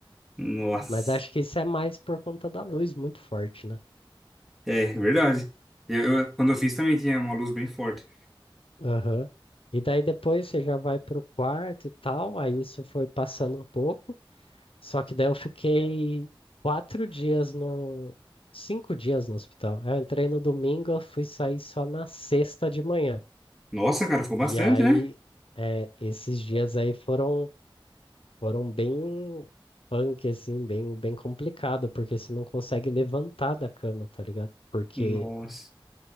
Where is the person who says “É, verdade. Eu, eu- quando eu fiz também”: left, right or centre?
Centre